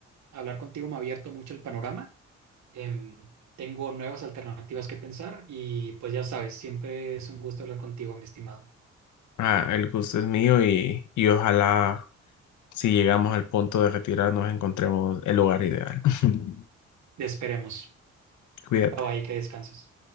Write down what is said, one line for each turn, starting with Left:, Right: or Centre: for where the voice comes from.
Right: hablar contigo me ha abierto mucho el panorama. em, tengo nuevas alternativas que pensar y pues ya sabes, siempre es un gusto hablar contigo, mi estimado.
Left: Ah, el gusto es mío y, y ojalá si llegamos al punto de retirarnos encontremos el lugar ideal. <laughs>
Right: Te esperemos.
Left: Cuídate.
Right: Bye bye, que descanses.